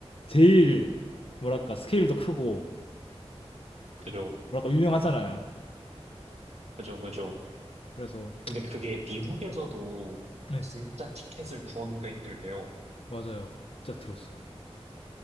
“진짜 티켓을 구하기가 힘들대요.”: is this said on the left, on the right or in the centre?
Right